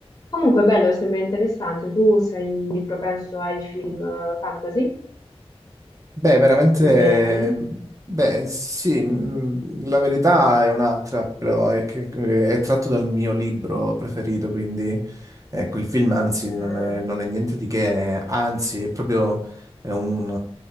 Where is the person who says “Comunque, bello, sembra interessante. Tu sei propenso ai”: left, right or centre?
Left